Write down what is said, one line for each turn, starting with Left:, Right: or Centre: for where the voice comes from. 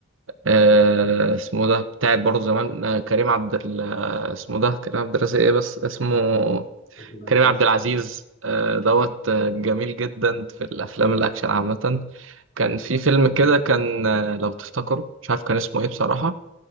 Right: آه، اسمه ده بتاعت برضه زمان آه، كريم عبد ال- آه، اسمه ده كريم عبد الرازق إيه بس اسمه
Left: عبد العزيز
Right: كريم عبد العزيز آه، دوت آه، جميل جدا في الافلام الاكشن عامه كان في فيلم
Left: تمام
Right: كده كان آه، لو تفتكروا مش عارف كان اسمه ايه بصراحه